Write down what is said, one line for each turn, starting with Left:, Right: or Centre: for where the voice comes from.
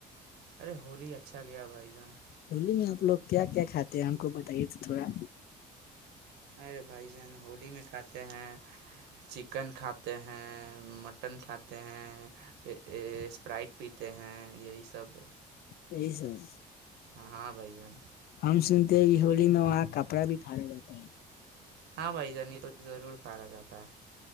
Right: ارے ہولی اچھا گیا بھائی جان
Left: ہولی میں آپ لوگ کیا کیا کھاتے ہیں ہم کو بتائیے تو تھوڑا
Right: ارے بھائی جان ہولی میں کھاتے ہیں چکن کھاتے ہیں مٹن کھاتے ہیں اسپرائٹ پیتے ہیں یہی سب
Left: یہی سب
Right: ہاں بھائی جان
Left: ہم سنتے ہیں کہ ہولی میں وہاں کا کپڑا بھی کھانا جاتا ہے
Right: ہاں بھائی جنیضور کارا جاتا ہے